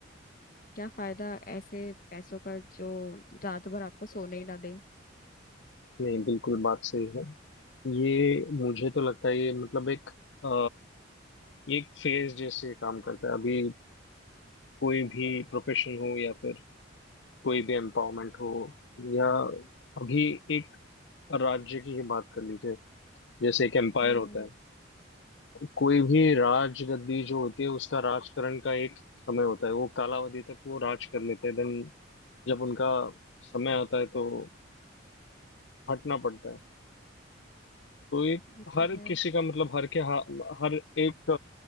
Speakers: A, on the left; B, on the left.
A: क्या फायदा ऐसे पैसों का जो रात भर आपको सोने ही ना दे
B: नहीं बिल्कुल बात सही है ये मुझे तो लगता है ये मतलब एक अ, ये एक फेज जैसे काम करता है अभी कोई भी प्रोफेशन हो या फिर कोई भी एम्पावरमेंट हो या अभी एक और राज्य की ही बात कर लीजिए जैसे एक एम्पायर
A: हम्म
B: होता है कोई भी राजगद्दी जो होती है उसका राजकरण का एक समय होता है वो कालावधि तक वो राज कर लेते हैं देन जब उनका समय होता है तो हटना पड़ता है तो ये
A: ये
B: हर
A: तो है
B: किसी का मतलब हर के हाथ हर एक